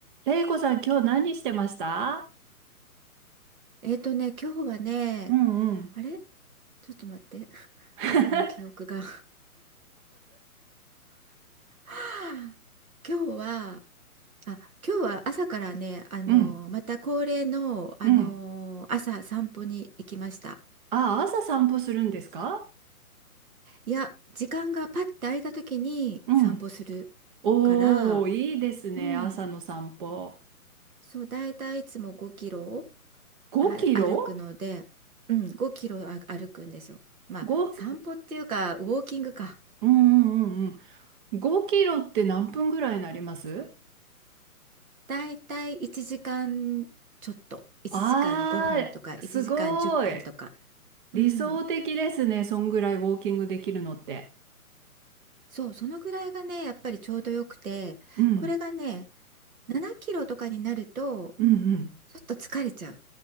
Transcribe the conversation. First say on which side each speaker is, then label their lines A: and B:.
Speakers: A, on the right; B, on the right.
A: れいこさん、今日何してました
B: えっとね、今日はね、
A: うんうん。
B: あれちょっと待って、<laughs>
A: <laughs>
B: 朝の記憶が <laughs> 今日は、あ、今日は朝からね、あの、
A: うん
B: また恒例の、あの、
A: うん。
B: 朝散歩に行きました。
A: あ、朝散歩するんですか
B: いや、時間がパッて空いた時に散歩する
A: うん。おー、
B: から、
A: いいですね。
B: うん、
A: 朝の散歩。
B: そう、だいたいいつも5キロ
A: 5キロ
B: は歩くので、うん、5キロあ歩くんですよ。まあ、
A: ?5、
B: 散歩っていうか、ウォーキングか。
A: うんうんうんうん。5キロって何分ぐらいになります
B: だいたい1時間ちょっと、1時間5分とか1時間10分とか。
A: あー、すごい。理想的ですね。
B: うん。
A: そんぐらいウォーキングできるのって。
B: そう、そのぐらいがね、やっぱりちょうどよくて、
A: うん、
B: これがね、7キロとかになると、
A: うん、
B: ちょっと疲れちゃう。